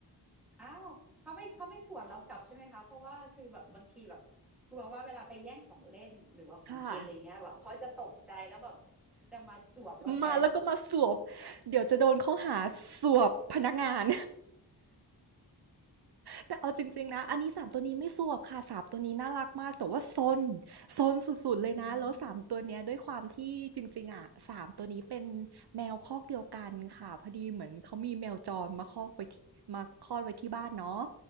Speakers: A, in the centre; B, on the right.
A: อ้าวเขาไม่เขาไม่ข่วนเรากลับใช่ไหมคะเพราะว่าคือแบบบางทีแบบกลัวว่าเวลาไปแย่งของเล่นหรือว่าของกินอะไรเงี้ยแบบเขาจะตกใจแล้วแบบ
B: ค่ะ
A: จะมาสวบเราแทน
B: มาแล้วก็มาสวมเดี๋ยวจะโดนข้อหาสวบพนักงาน แต่เอาจริงๆนะอันนี้สามตัวนี้ไม่สวบค่ะสามตัวนี้น่ารักมากแต่ว่าซนซนสุดๆเลยนะแล้วสามตัวเนี้ยด้วยความที่จริงๆอ่ะสามตัวนี้เป็น
A: <laughs> อืม
B: แมวคอกเดียวกันค่ะพอดีเหมือนเขามีแมวจรมาคอกไว้ที่มาคลอดไว้ที่บ้านเนาะ